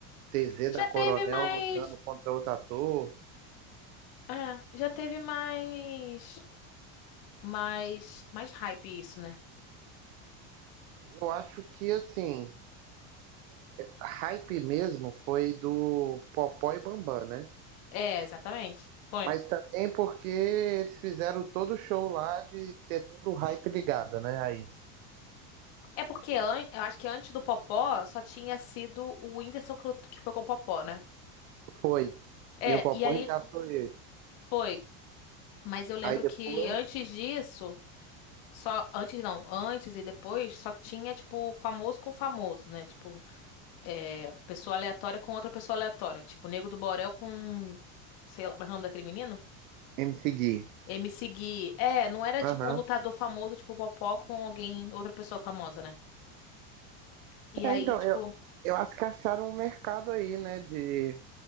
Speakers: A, on the right; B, on the left.
A: TZ
B: Já
A: da Coronel
B: teve mais.
A: lutando contra outro ator.
B: ah já teve mais. Mais, mais hype isso, né?
A: Eu acho que, assim, hype mesmo foi do Popó e Bambam, né?
B: É, exatamente. Foi.
A: Mas também porque eles fizeram todo o show lá de ter todo o hype ligado, né, a isso.
B: É porque an- eu acho que antes do Popó só tinha sido o Whindersson que lut- que foi com o Popó, né?
A: Foi.
B: É,
A: E o Popó
B: e aí
A: regaçou ele.
B: foi. Mas eu lembro
A: Aí depois,
B: que antes disso, só antes não, antes e depois só tinha tipo famoso com famoso, né? Tipo, é, pessoa aleatória com outra pessoa aleatória, tipo Nego do Borel com sei lá, como é o nome daquele menino?
A: MC Gui.
B: MC Gui. É, não era
A: Aham.
B: tipo um lutador famoso, tipo Popó com alguém, outra pessoa famosa, né? E
A: É,
B: aí,
A: então,
B: tipo,
A: eu, eu acho que acharam um mercado aí, né, de,